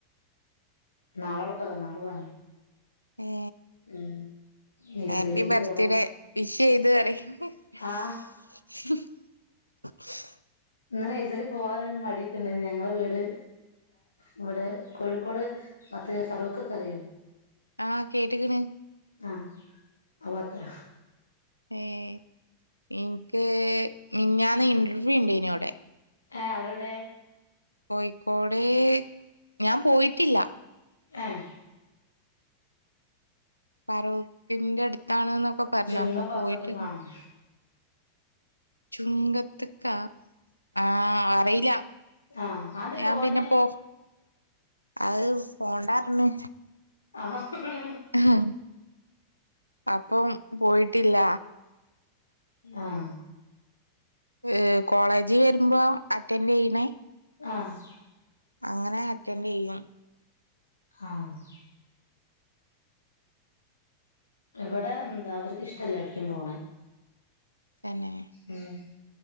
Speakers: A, on the left; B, on the right.
A: നാളെോള പിറ നാളു വണ
B: ഏ
A: ഉം നഴ്സറിയിലേക്ക്
B: ഹാപ്പി ബർത്ത്
A: പോണോ
B: ഡേ വിഷ് ചെയ്ത് പറി <unintelligible>
A: ആ
B: <unintelligible>
A: ഇന്നനെ നൈർസരി പോകാനൊരു മടിയക്ക ഉണ്ടന്ന് ഞങ്ങളെ വീട് ഇവിടെ കോഴിക്കോട് മറ്റേ ഫറൂഖ് കറിയോ
B: ആഹ് കേട്ടക്കണ
A: ആഹ് അവത്ര
B: ഏഹ് എനിക്ക് ഞാന്ന് ഇന്റർവ്യൂ ഉണ്ട് ഇതിനോടെ
A: ആഹ് അവിടെ എവിടെ
B: കോഴിക്കോട് ഞാൻ പോയിട്ടില്ല
A: ഏഹ്
B: ഫറവക്കിന്റെ അടുത്താണ്ന്നൊക്കെ പറഞ്ഞു
A: ചുങ്കം
B: അപ്പൊ
A: ഭാഗത്തൊക്കെ
B: പോയിട്ട
A: കാണോ
B: ചുങ്കത്തക്ക ആഹ് അറിയില്ല
A: ആഹ് അത്
B: ഞാൻ
A: പോവാന്
B: പിന്നെ പോ അത് പോണ്ടാ പറഞ്ഞ്
A: ആണോ <unintelligible>
B: <unintelligible> അപ്പം പോയിട്ടില്ല
A: ആഹ്
B: ഏഹ് കോളേജി വരുമ്പോ അറ്റൻഡ് യ്യണേ
A: ആഹ്
B: അങ്ങനെ അറ്റൻഡ് യ്യും
A: ആഹ് ഇവിടെ എന്താ അവർക്ക് ഇഷ്ടല്ല എവടേക്കും പോണെ
B: തന്നെ
A: ഉം